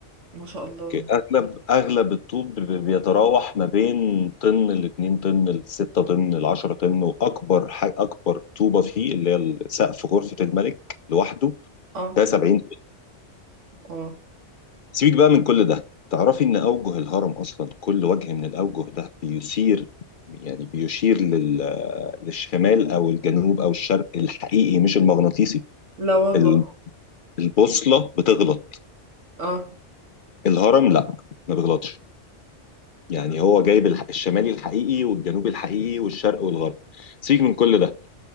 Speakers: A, on the right; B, on the left.
A: ما شاء الله
B: أوكي. أغلب أغلب الطوب بيتراوح ما بين طن ل 2 طن ل 6 طن ل 10 طن وأكبر حاجة أكبر طوبة فيه اللي هي سقف غرفة الملك لوحده
A: اه
B: ده 70
A: اه
B: سيبك بقى من كل ده تعرفي ان اوجه الهرم اصلا كل وجه من الاوجه ده بيثير يعني بيشير لل... للشمال او الجنوب او الشرق الحقيقي مش المغناطيسي
A: لا والله
B: ال- البوصله بتغلط
A: اه
B: الهرم لا ما بيغلطش يعني هو جايب الح- الشمالي الحقيقي والجنوبي الحقيقي والشرق والغرب سيبك من كل ده